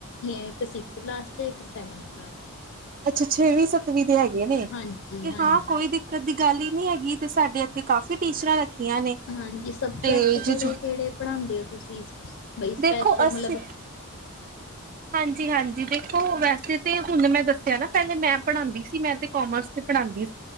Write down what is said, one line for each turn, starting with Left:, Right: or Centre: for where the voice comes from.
Left: ਇੱਕ ਸਿਕਸਥ ਕਲਾਸ ਚ ਏ ਇੱਕ ਸੈਵਨਥ ਕਲਾਸ ਚ ਏ।
Right: ਅੱਛਾ, ਛੇਵੀ ਸੱਤੀਂ ਦੇ ਹੈਗੇ। ਨੇ ਤੇ
Left: ਹਾਂਜੀ ਹਾਂਜੀ
Right: ਹਾਂ ਕੋਈ ਦਿੱਕਤ ਦੀ ਗੱਲ ਹੀ, ਨਹੀਂ ਹੈਗੀ। ਤੇ ਸਾਡੇ ਇੱਥੇ ਕਾਫੀ ਟੀਚਰਾਂ ਰੱਖੀਆਂ ਨੇ
Left: ਹਾਂਜੀ ਸਬਜੈਕਟ
Right: ਤੇ ਜ
Left: ਕਿਹੜੇ-ਕਿਹੜੇ ਪੜ੍ਹਾਉਂਦੇ ਹੋ ਤੁਸੀਂ? ਬਈ ਸਪੈਸ਼ਲ
Right: ਦੇਖੋ ਅੱਸੀ,
Left: ਮਤਲਬ
Right: ਹਾਂਜੀ-ਹਾਂਜੀ ਦੇਖੋ ਵੈਸੇ ਤੇ ਹੁਣ ਮੈਂ ਦੱਸਿਆ ਨਾ ਪਹਿਲੇ ਮੈਂ ਪੜ੍ਹਾਂਦੀ ਸੀ ਮੈਂ ਤੇ ਕਾਮਰਸ ਤੇ ਪੜ੍ਹਾਂਦੀ।